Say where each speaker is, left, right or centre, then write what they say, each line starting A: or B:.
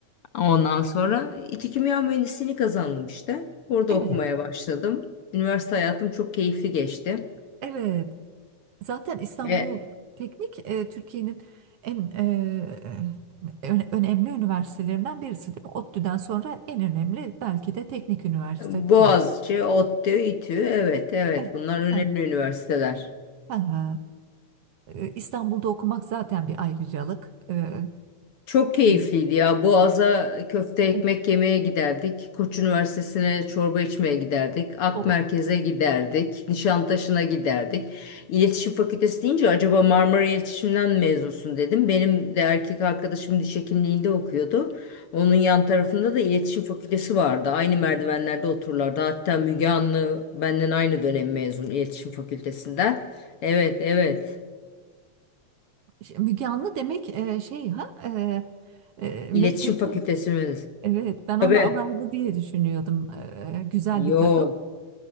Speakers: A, on the left; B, on the right.
A: Ondan sonra İTÜ Kimya Mühendisliğini kazandım işte. Orada
B: Evet.
A: okumaya başladım. Üniversite hayatım çok keyifli geçti.
B: Evet. Zaten İstanbul
A: E,
B: Teknik e, Türkiye'nin en e, e, öne- önemli üniversitelerinden birisi değil mi? ODTÜ'den sonra en önemli belki de teknik üniversite
A: Boğaziçi,
B: değil mi?
A: ODTÜ, İTÜ. Evet, evet.
B: Evet.
A: Bunlar önemli
B: Hı,
A: üniversiteler.
B: hı hı. E, İstanbul'da okumak zaten bir ayrıcalık. E,
A: Çok keyifliydi
B: o yüzden
A: ya. Boğaz'a köfte ekmek
B: <laughs>
A: yemeye giderdik. Koç Üniversitesi'ne çorba içmeye giderdik. Ak
B: o
A: Merkez'e giderdik. Nişantaşı'na giderdik. İletişim Fakültesi deyince acaba Marmara İletişim'den mezunsun dedim. Benim de erkek arkadaşım diş hekimliğinde okuyordu. Onun yan tarafında da İletişim Fakültesi vardı. Aynı merdivenlerde otururlardı. Hatta Müge Anlı benden aynı dönem mezun İletişim Fakültesinden. Evet, evet.
B: şey, Müge Anlı demek e, şey ha e, e, mektepli.
A: İletişim Fakültesi mi?
B: Evet ben
A: Tabii.
B: onu alaylı diye düşünüyordum. E, güzel bir
A: Yok.
B: kadın.